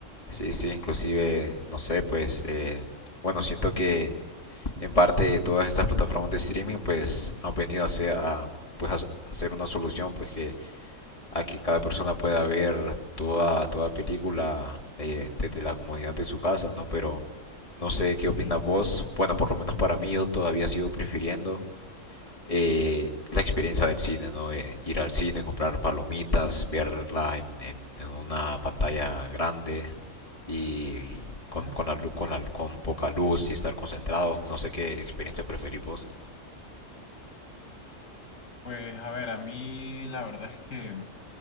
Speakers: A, on the left (about 25°); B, on the left (about 80°).
A: sí, sí, inclusive, no sé, pues, eh, bueno, siento que en parte, todas estas plataformas de streaming pues han venido a ser, a, pues, a hacer una solución pues que a que cada persona pueda ver toda toda película eh, desde la comodidad de su casa, ¿no? Pero no sé qué
B: sí.
A: opinas vos. Bueno, por lo menos para mí yo todavía sigo prefiriendo eh, la experiencia del cine, ¿no? Eh, ir al cine, comprar palomitas, verla en, en, en una pantalla grande y con,
B: Ujú.
A: con, la, lu- con, la- con poca luz y estar concentrado. No sé qué experiencia preferís vos.
B: Pues a ver, a mí la verdad es que